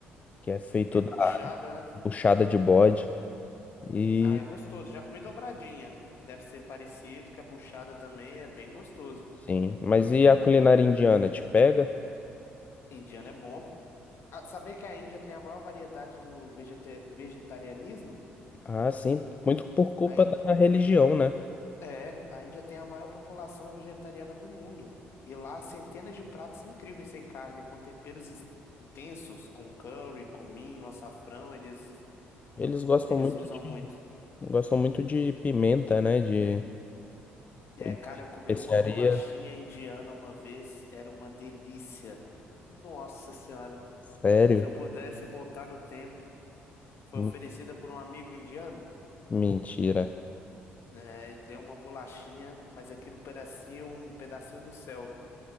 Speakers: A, on the left; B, on the left.
A: que é feito
B: É buchada, né?
A: puxada de bode. E
B: Ah, é gostoso. Já comi dobradinha. Deve ser parecido, que é buchada também, é bem gostoso.
A: sim, mas e a culinária indiana te pega?
B: Indiano é bom. Ah, Sabia que a Índia tem a maior variedade do vegeta- vegetarianismo?
A: Ah, sim, muito por culpa
B: A Ín-
A: da religião, né?
B: é, a Índia tem a maior população vegetariana do mundo. E lá, há centenas de pratos incríveis sem carne, com temperos is- intensos, com curry, cominho, açafrão, eles,
A: Eles gostam
B: eles
A: muito,
B: usam muito.
A: gostam muito de pimenta, né? De,
B: É,
A: de
B: cara, eu comi
A: especiaria.
B: uma bolachinha indiana uma vez, era uma delícia. Nossa Senhora,
A: Sério?
B: se eu pudesse voltar no tempo, foi
A: Me-
B: oferecida por um amigo indiano.
A: Mentira.
B: É, deu uma bolachinha, mas aquilo parecia um pedacinho do céu.